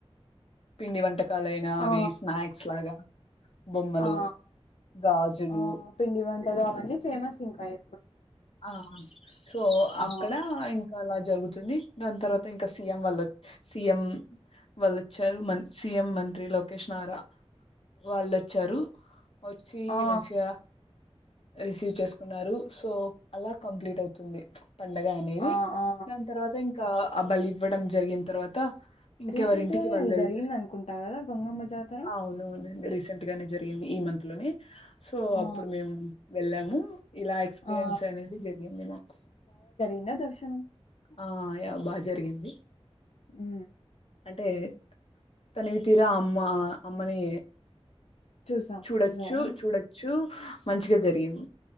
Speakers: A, on the left; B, on the left.
A: పిండి వంటకాలయినా అవి
B: ఆ
A: స్నాక్స్ లాగా బొమ్మలు
B: ఆ
A: గాజులు
B: ఆ పిండి వంటల్ అవ్ వన్నీ ఫేమసింకాయ
A: ఆ సో
B: ఆ
A: అక్కడ ఇంకా అలా జరుగుతుంది దాని తర్వాత ఇంకా సీఎం వల్ల వచ్ సీఎం వళ్ళు వచ్చారు మన్ సిఎం మంత్రి లోకేష్ నారా వాళ్ళొచ్చారు వచ్చి
B: ఆ
A: మంచిగా రిసీవ్ చేసుకున్నారు సో అలా కంప్లిట్ అయితుంది పండగ అనేది
B: ఆ ఆ
A: దాని తర్వాత ఇంకా ఆ బలి ఇవ్వడం జరిగిన తర్వాత ఇంకెవరి
B: రీసెంట్
A: ఇంటికి
B: గానే
A: వాళ్ళు
B: అది
A: వెళ్తే
B: జరిగింది అనుకుంటా కదా గంగమ్మ జాతర
A: అవునవును రీసెంట్ గానే జరిగింది ఈ మంత్ లొని సో
B: ఆ
A: అప్పుడు మేము వెళ్ళాము ఇలా ఎక్స్పిరియన్స్
B: ఆ
A: అనేది జరిగింది నాకు
B: దా దర్శనం
A: ఆ యా బాగా జరిగింది
B: ఉ
A: అంటే తనవి తీరా అమ్మ అమ్మని
B: చూసాం
A: చూడచ్చు
B: చూసారా
A: చూడచ్చు మంచిగ జరిగింది